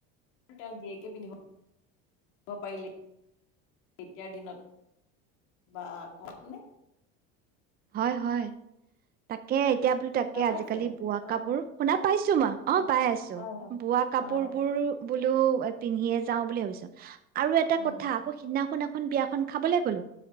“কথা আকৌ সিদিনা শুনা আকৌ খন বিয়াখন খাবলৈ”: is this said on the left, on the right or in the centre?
Right